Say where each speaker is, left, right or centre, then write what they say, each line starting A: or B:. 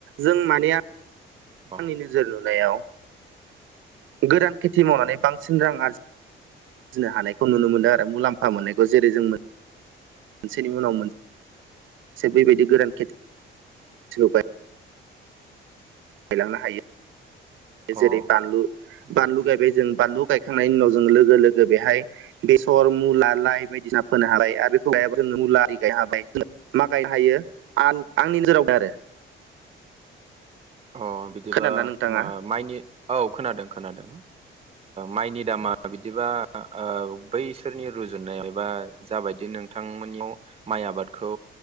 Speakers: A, on the right; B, on the right.
A: जों माने आंनि
B: अ
A: नोजोर नुनायाव गोरान खेथि मावनानै बांसिन रां आरजि जिनो हानायखौ नुनो मोनदों आरो मुलाम्फा मोननायखौ जेरै जों मोन मोनसेनि उनाव मोनसे बेबायदि गोरान खेथि सोबाय गायलांनो हायो जेरै
B: अ
A: बानलु
B: उम
A: बानलु गायबाय जों बानलु गायखांनायनि उनाव जोङो लोगो लोगो बेहाय बेसर' मुला 'लाइ बायदिसिना फोनो हाबाय आरो बेखौ लायाबो जों मुला आरि गायनो हाबाय मा गायनो हायो आं आंनि नोजोरावबो आरो
B: अ बिदिबा
A: खोनादोंना नोंथाङा
B: माइनि औ खोनादों खोनादों माइनि दामा बिदिबा ओ बैसोरनि रुजुनायाव एबा जाबायदि नोंथांमोननियाव माइ आबादखौ